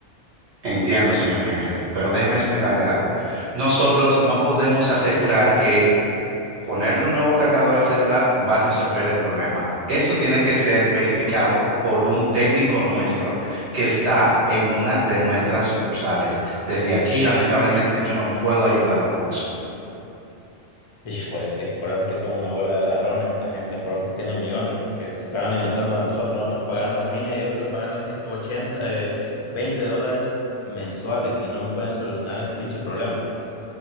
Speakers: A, on the right; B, on the left.
A: Entiendo, señor Henry, pero déjeme explicarle algo. Nosotros no podemos asegurar que ponerle un nuevo cargador al celular va a resolver el problema. Eso tiene que ser verificado por un técnico nuestro que está en una de nuestras sucursales. Desde aquí, lamentablemente, yo no puedo ayudarlo con eso.
B: Híjole, es que por eso es que son una bola de ladrones esta gente, por eso es que tienen millones, porque se están alimentando de nosotros, nosotros pagando, imagínate, yo estoy pagando ese 80, eh, 20 dólares mensuales y no me pueden solucionar ese pinche problema.